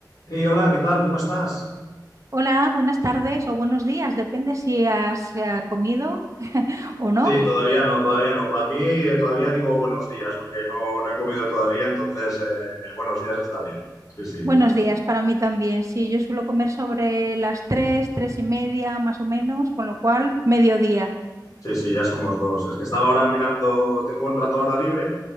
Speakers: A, on the left; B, on the right.
A: Hey, hola, ¿qué tal? ¿Cómo estás?
B: Hola, buenas tardes o buenos días, depende si has eh, comido o no.
A: Sí, todavía no, todavía no. Por mí eh, todavía digo buenos días porque no, no he comido todavía, entonces eh, buenos días está bien. Sí, sí,
B: Buenos días para mí también. Sí, yo suelo comer sobre las tres, tres y media más o menos, con lo cual mediodía.
A: sí, sí, ya somos dos. Es que estaba ahora mirando, tengo un rato ahora libre